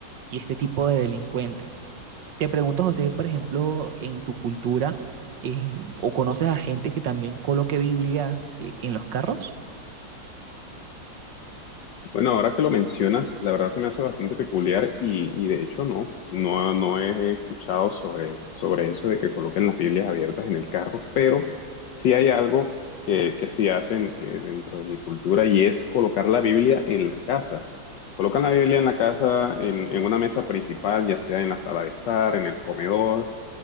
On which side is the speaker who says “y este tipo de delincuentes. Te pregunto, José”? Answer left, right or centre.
Right